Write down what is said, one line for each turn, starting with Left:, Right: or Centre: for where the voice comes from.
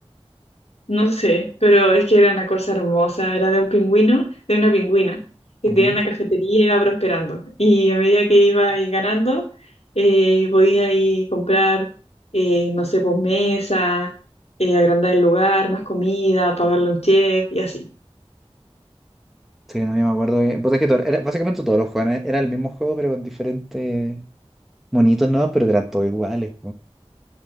Left: No sé, pero es que era una cosa hermosa. Era de un pingüino, de una pingüina, que
Centre: Ujú.
Left: tenía una cafetería y iba prosperando. Y a medida que iba ahí ganando, eh, podía ir comprar, eh, no sé, pues mesa, eh, agrandar el lugar, más comida, pagarle un chef y así.
Centre: Sí, no, yo me acuerdo bien. Puta, es que todo- era, básicamente todos los juegos eran- era el mismo juego, pero con diferentes monitos, ¿no? Pero eran todos iguales.